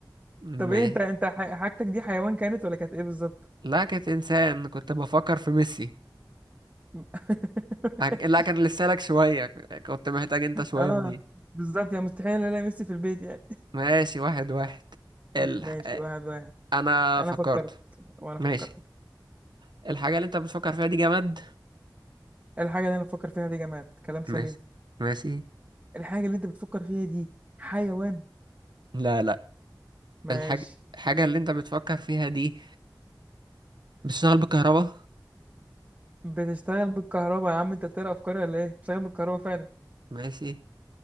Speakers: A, on the right; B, on the right.
A: ما
B: طب ايه انت انت ح- حاجتك دي حيوان كانت ولا كانت ايه بالظبط
A: لا كنت انسان كنت بفكر في ميسي
B: <laughs>
A: هك- لا كان لسه لك شوية كنت محتاج انت شوية
B: اه
A: في دي
B: بالظبط يعني مستحيل الاقي ميسي في البيت يعني
A: ماشي واحد واحد ال...
B: ماشي
A: آه،
B: واحد واحد
A: انا
B: انا
A: فكرت
B: فكرت وانا
A: ماشي
B: فكرت
A: الحاجة اللي انت بتفكر فيها دي جماد
B: الحاجه اللي انا بفكر فيها دي جماد كلام سليم
A: ماشي ماشي
B: الحاجه اللي انت بتفكر فيها دي حيوان
A: لا لا
B: ماشي
A: الحاجة الحاجة اللي انت بتفكر فيها دي بتشتغل بالكهرباء
B: بتشتغل بالكهرباء يا عم انت بتقرا افكاري ولا ايه بتشتغل بالكهرباء فعلا
A: ماشي